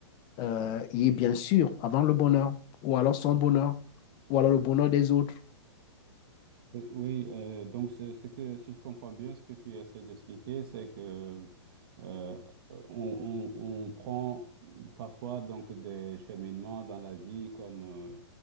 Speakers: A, on the left (about 30°); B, on the right (about 50°).
A: euh, et bien sûr avant le bonheur, ou alors son bonheur, ou alors le bonheur des autres.
B: Oui, oui, euh, donc ce, ce que, si je comprends bien, ce que tu essaies d'expliquer, c'est que euh, euh, on, on- on prend parfois donc des cheminements dans la vie comme euh,